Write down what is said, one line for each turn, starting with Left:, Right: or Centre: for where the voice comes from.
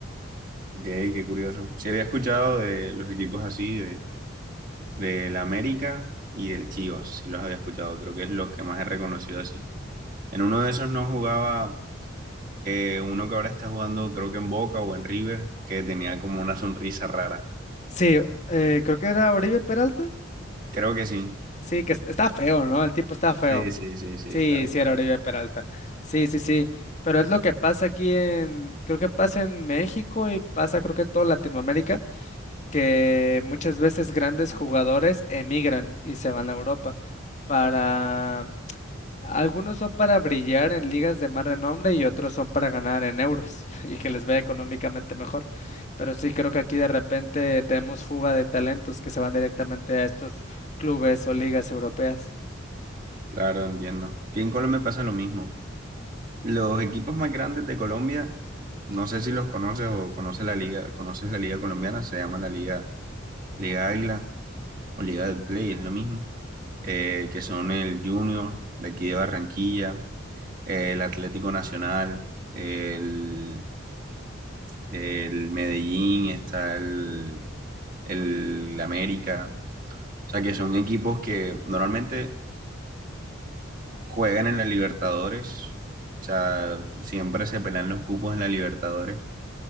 Right: Ok, qué curioso. Sí había escuchado de los equipos así, de, del América y del Chivas, sí los había escuchado, creo que es los que más he reconocido así. En uno de esos no jugaba eh, uno que ahora está jugando, creo que en Boca o en River, que tenía como una sonrisa rara.
Left: Sí, eh, creo que era Oribe Peralta.
Right: Creo que sí.
Left: Sí, que es- está feo, ¿no? El tipo está feo.
Right: Sí, sí, sí, sí,
Left: Sí,
Right: está bien,
Left: sí,
Right: pero
Left: era Oribe Peralta. Sí, sí, sí. Pero es lo que pasa aquí en, creo que pasa en México y pasa creo que en toda Latinoamérica, que muchas veces grandes jugadores emigran y se van a Europa para, algunos son para brillar en ligas de más renombre y otros son para ganar en euros <laughs> y que les vaya económicamente mejor. Pero sí creo que aquí de repente tenemos fuga de talentos que se van directamente a estos clubes o ligas europeas.
Right: claro, entiendo. Aquí en Colombia pasa lo mismo. Los equipos más grandes de Colombia, no sé si los conoces o conoces la liga, conoces la liga colombiana, se llama la liga, Liga Águila. o Liga de Play, es lo mismo, eh, que son el Junior de aquí de Barranquilla, eh, el Atlético Nacional, el, el Medellín, está el, el América, o sea que son equipos que normalmente juegan en la Libertadores, o sea, siempre se pelean los cupos en la Libertadores